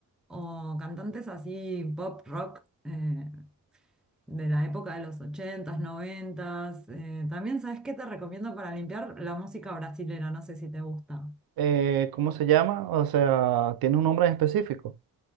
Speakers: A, in the centre; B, on the right.
A: o cantantes así pop rock eh, de la época de los 80s, 90s. Eh, también, ¿sabes qué te recomiendo para limpiar? La música brasilera, no sé si te gusta.
B: Eh, ¿cómo se llama? O sea, ¿tiene un nombre en específico?